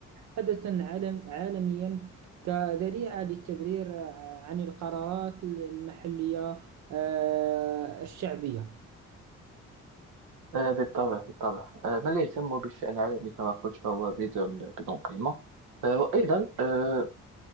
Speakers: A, on the right; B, on the right.
A: حدثا عالم- عالميا كذريعة للتبرير عن القرارات المحلية آه، الشعبية
B: آه، بالطبع بالطبع آه، من لا يهتم بالشأن العالمي كما قلت فهو بدون بدون قيمة آه، وأيضا آه،